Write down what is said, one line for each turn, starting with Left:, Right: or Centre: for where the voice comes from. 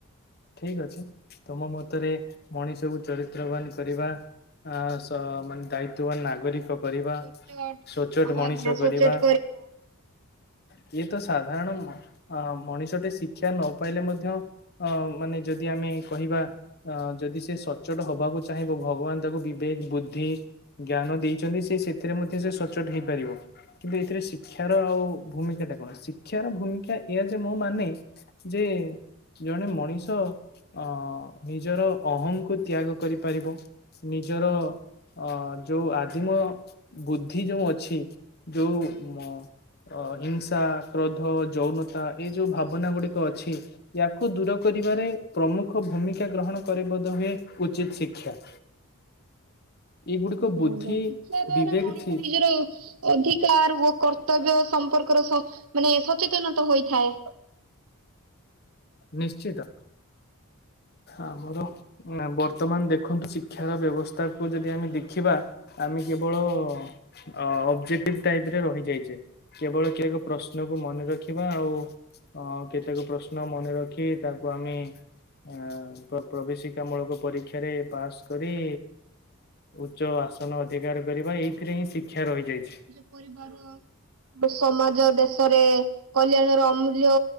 Left: ଠିକ ଅଛି, ତମ ମତରେ ମଣିଷ କୁ ଚରିତ୍ରବାନ କରିବା ଆ ସ ମାନେ ଦାୟିତ୍ବବାନ ନାଗରିକ କରିବା
Right: ସଚୋଟ
Left: ସଚ୍ଚୋଟ ମଣିଷ
Right: ଆଜ୍ଞା ସଚେତ
Left: କରିବା। କିଏ ତ ସାଧାରଣ ମ ଅଁ ମଣିଷଟେ ଶିକ୍ଷା ନ ପାଇଲେ ମଧ୍ୟ ଅ ମାନେ ଯଦି ଆମେ କହିବା ଅ ଯଦି ସେ ସଚ୍ଚୋଟ ହବାକୁ ଚାହିଁବ ଭଗବାନ ତାକୁ ବିବେକ, ବୁଦ୍ଧି ଜ୍ଞାନ ଦେଇଛନ୍ତି ସେ ସେଥିରେ ମଧ୍ୟ ସେ ସଚ୍ଚୋଟ ହେଇପାରିବ। କିନ୍ତୁ ଏଥିରେ ଶିକ୍ଷାର ଆଉ ଭୂମିକା ଟା କଣ? ଶିକ୍ଷାର ଭୂମିକା ଏଇଆ ଯେ ମୋ ମାନେ ଯେ ଜଣେ ମଣିଷ ଅ ନିଜର ଅହଂ କୁ ତ୍ୟାଗ କରିପାରିବ। ନିଜର ଅ ଯୋଉ ଆଦିମ ବୁଦ୍ଧି ଯୋଉ ଅଛି। ଯୋଉ ମ ଅ ହିଂସା, କ୍ରୋଧ, ଯୌନତା ଏ ଯେଉଁ ଭାବନା ଗୁଡ଼ିକ ଅଛି ୟାକୁ ଦୂର କରିବାରେ ପ୍ରମୁଖ ଭୂମିକା ଗ୍ରହଣ କରେ ବୋଧ ହୁଏ ଉଚିତ ଶିକ୍ଷା। ଏଇଗୁଡିକ
Right: ଆଜ୍ଞା
Left: ବୁଦ୍ଧି
Right: ଆଜ୍ଞା। ଶିକ୍ଷା ଦ୍ଵାରା
Left: ବିବେକ
Right: ମଣିଷ
Left: ଥି
Right: ନିଜର ଅଧିକାର୍ ଓ କର୍ତ୍ତବ୍ୟ ସମ୍ପର୍କର ସ ମାନେ ସଚେତନତ ହୋଇଥାଏ।
Left: ନିଶ୍ଚିତ, ଆମର ନା ବର୍ତ୍ତମାନ୍ ଦେଖନ୍ତୁ ଶିକ୍ଷାର ବ୍ୟବସ୍ଥାକୁ ଯଦି ଆମେ ଦେଖିବା ଆମେ କେବଳ ଅ ଅବଜେକ୍ଟଟିଭ ଟାଇପ ରେ ରହିଯାଇଛେ। କେବଳ କେ ଏକ ପ୍ରଶ୍ନକୁ ମନେ ରଖିବା ଆଉ ଅ କେତେକ ପ୍ରଶ୍ନ ମନେ ରଖି ତାକୁ ଆମେ ଆଁ ପ୍ର ପ୍ରବେଶିକା ମୂଳକ ପରୀକ୍ଷାରେ ପାସ୍ କରି ଉଚ୍ଚ ଆସନ ଅଧିକାର କରିବା ଏଇଥିରେ ହିଁ ଶିକ୍ଷା ରହିଯାଇଛି।
Right: <unintelligible> ଓ ସମାଜ ଦେଶରେ କଲ୍ୟାଣର ଅମୂଲ୍ୟ